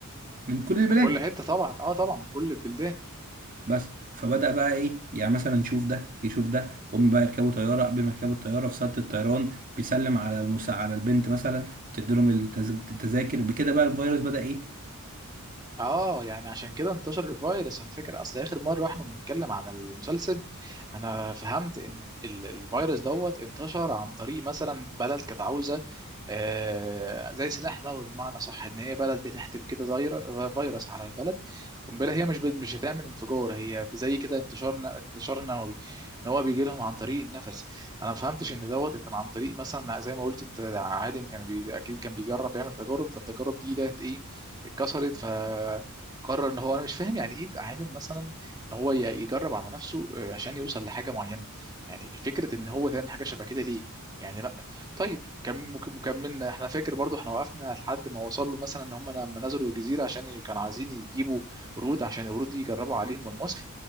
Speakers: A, on the right; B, on the right.
A: من كل البلاد
B: من كل حته طبعا اه طبعا من كل البلدان
A: بس فبدأ بقى ايه يعني مثلا يشوف ده يشوف ده هم بقى يركبوا طياره قبل ما يركبوا الطياره في صاله الطيران بيسلم على المسا على البنت مثلا تدي لهم التز- التذاكر بكده بقى الفيروس بدأ ايه
B: اه يعني عشان كده انتشر الفيروس انا فاكر اصل اخر مره واحنا بنتكلم عن المسلسل انا فهمت ان ال- ال- الفيروس دوت انتشر عن طريق مثلا بلد كانت عاوزه آه زي سلاح نووي بمعنى صح ان هي بلد بتحتف كده زير- فيروس على البلد قنبله هي مش بت- مش هتعمل انفجار هي زي كده انتشار ن- انتشار نووي ان هو بيجي لهم عن طريق النفس انا ما فهمتش ان دوت كان عن طريق مثلا زي ما قلت انت ده عالم كان بي... اكيد كان بيجرب يعمل تجارب فالتجارب دي ديت ايه اتكسرت فقرر ان هو انا مش فاهم يعني ايه عالم مثلا ان هو ي- يجرب على نفسه آه، عشان يوصل لحاجه معينه يعني فكره ان هو تعمل حاجه شبه كده ليه يعني لا طيب كم مك- مكملنا احنا فاكر برضو احنا وقفنا لحد ما وصل له مثلا ان هم لما نزلوا الجزيره عشان ي- كانوا عايزين يجيبوا قرود عشان القرود دي يجربوا عليهم المصل